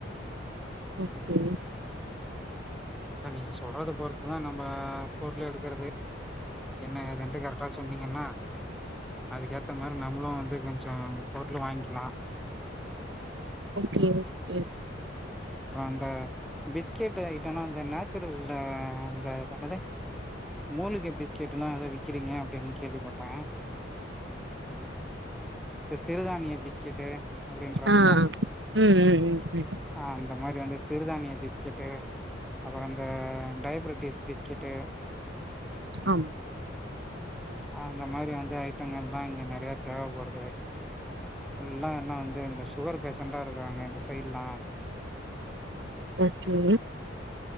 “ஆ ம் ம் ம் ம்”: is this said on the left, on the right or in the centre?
Right